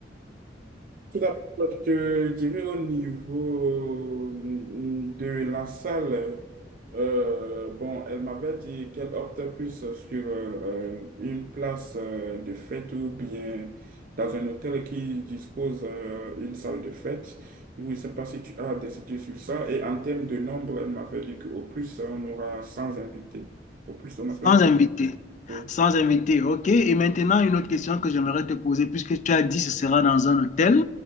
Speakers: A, on the right; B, on the left.
A: Tout d'abord je dirais au niveau euh, de la salle, euh, bon, elle m'avait dit qu'elle opte plus sur euh, une place euh, de fête ou bien dans un hôtel qui dispose euh, une salle de fête. Je ne sais pas si tu as des idées sur ça. Et en termes de nombre, elle m'avait dit qu'au plus, on aura 100 invités. Au plus, au maximum,
B: Sans invité,
A: oui.
B: sans invité, ok. Et maintenant, une autre question que j'aimerais te poser, puisque tu as dit que ce sera dans un hôtel